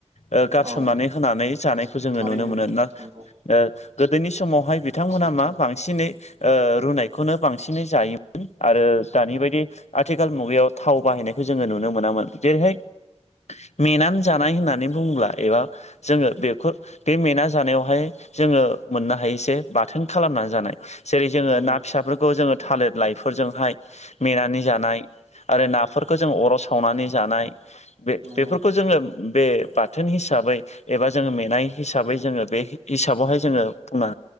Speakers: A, on the left; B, on the right.
A: ओ गारसोमनानै
B: औ
A: होनानै जानायखौ जोङो
B: थारैनो
A: नुनो मोनो।
B: नोंथां नंगौ
A: ओ गोदोनि समावहाय बिथांमोना
B: सैथो
A: मा बांसिनै ओ रुनायखौनो बांसिनै जायोमोन आरो दानि बायदि आथिखाल मुगायाव थाव बाहायनायखौ जोङो नुनो मोनामोन जेरैहाय मेनानै जानाय होननानै बुंङोब्ला एबा जोङो बेखौ बे मेना जानायावहाय जोङो मोननो हायो जे बाथोन खालामनानै जानाय जेरै जोङो
B: नंगौ
A: ना फिसाफोरखौ जोङो थालिर लाइफोरजोंहाय मेनानै जानाय आरो नाफोरखौ जों अर सावनानै जानाय बे
B: नंगौ
A: बेफोरखौ जोङो बे बाथोन हिसाबै एबा जोङो मेनाय हिसाबै जोङो बे हिसाबावहाय जोङो बुंनो